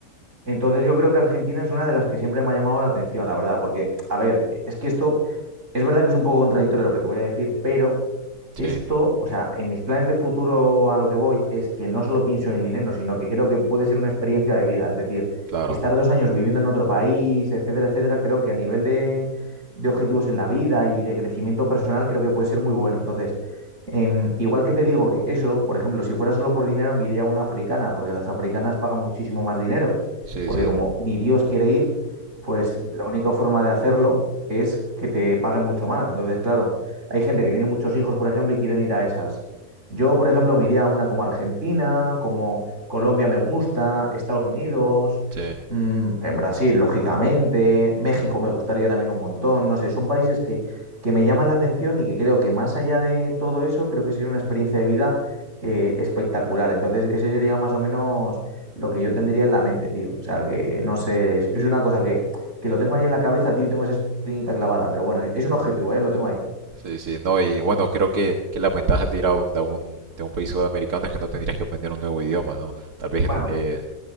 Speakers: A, on the right; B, on the right.
A: entonces yo creo que Argentina es una de las que siempre me ha llamado la atención, la verdad, porque, a ver, es que esto es verdad que es un poco contradictorio lo que te voy a decir, pero
B: sí,
A: esto, o sea, en mis planes de futuro a lo que voy es que no solo pienso en el dinero, sino que creo que puede ser una experiencia de vida. Es decir,
B: claro,
A: estar dos años viviendo en otro país, etcétera, etcétera, creo que a nivel de, de objetivos en la vida y de crecimiento personal, creo que puede ser muy bueno. Entonces, em, igual que te digo que eso, por ejemplo, si fuera solo por dinero, me iría a una africana, porque las africanas pagan muchísimo más dinero.
B: sí,
A: Porque
B: sí,
A: como mi Dios quiere ir, pues la única forma de hacerlo es que te paguen mucho más. Entonces, claro. Hay gente que tiene muchos hijos, por ejemplo, y quieren ir a esas. Yo, por ejemplo, me iría a una como Argentina, como Colombia me gusta, Estados Unidos,
B: sí,
A: mm, eh, Brasil, lógicamente, México me gustaría también un montón, no sé, son países que, que me llaman la atención y que creo que más allá de todo eso, creo que sería una experiencia de vida eh, espectacular. Entonces, ese sería más o menos lo que yo tendría en la mente, tío. O sea, que no sé, es es una cosa que, que lo tengo ahí en la cabeza, tío, y tengo esa espinita clavada, pero bueno, es un objetivo, ¿eh? Lo tengo ahí.
B: sí, sí. No, y bueno, creo que, que las ventajas de ir a un, de un, de un país sudamericano es que no tendrías que aprender un nuevo idioma, ¿no? Tal vez
A: Bueno,
B: eh,